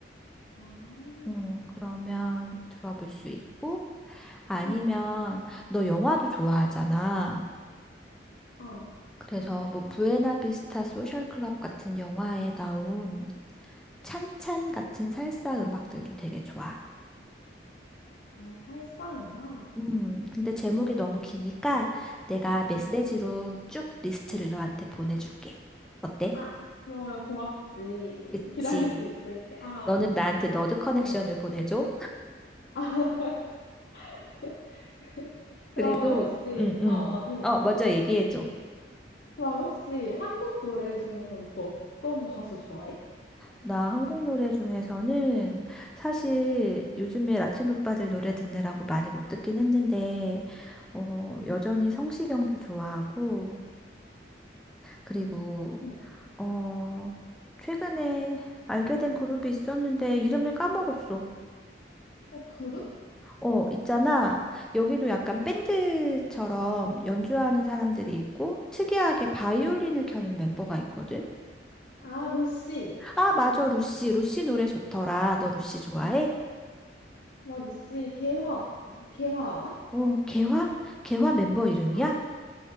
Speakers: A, on the left; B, in the centre.
A: 아,
B: 어, 그러면 들어볼 수 있고, 아니면
A: 응,
B: 너 영화도 좋아하잖아.
A: 아
B: 그래서 뭐 부에나비스타 소셜 클럽 같은 영화에 나온 찬찬 같은 살사 음악들도 되게 좋아.
A: 아, 살사 음악.
B: 음, 근데 제목이 너무 기니까 내가 메시지로
A: 응.
B: 쭉 리스트를 너한테 보내줄게. 어때?
A: 아, 그러면 고맙지.
B: 그치.
A: <laughs> 기다리고 있을게. 아,
B: 너는 나한테 너드 커넥션을
A: 응.
B: 보내줘.
A: 아, <laughs>
B: 그리고,
A: 그러면 혹시,
B: 응, 응.
A: 어, 어, 응.
B: 어, 먼저 얘기해줘.
A: 그럼 혹시 한국 노래 중에서는 또 어떤 가수 좋아해?
B: 나 한국 노래 중에서는 사실 요즘에 라틴 오빠들 노래 듣느라고 많이 못 듣긴 했는데, 어, 여전히 성시경도 좋아하고, 그리고,
A: 응.
B: 어, 최근에 알게 된 그룹이 있었는데 이름을 까먹었어.
A: 어, 그룹?
B: 어, 있잖아. 여기도 약간 밴드처럼 연주하는 사람들이 있고, 특이하게 바이올린을 켜는 멤버가 있거든.
A: 아, 루시.
B: 아, 맞아, 루시. 루시 노래 좋더라. 너 루시 좋아해?
A: 와, 루시. 개화. 개화 알아?
B: 오, 개화? 개화 멤버 이름이야?
A: 어.